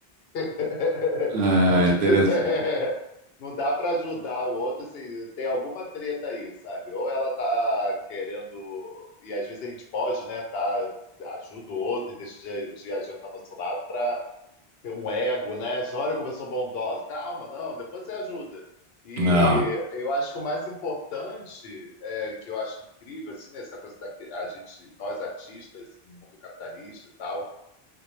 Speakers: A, on the left; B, on the right.
A: <laughs>
B: É,
A: Tipo,
B: interessante.
A: é, Não dá para ajudar o outro se tem alguma treta aí, sabe? Ou ela tá querendo, e às vezes a gente pode, né? Tá, ajuda o outro e deixa de, de adiantar nosso lado para tem um ego, né? Você Olha como eu sou bondosa. Calma, não, depois você ajuda. E
B: Ah,
A: eu acho que o mais importante, é, que eu acho incrível, assim, nessa coisa da que a gente, nós artistas, no mundo capitalista e tal,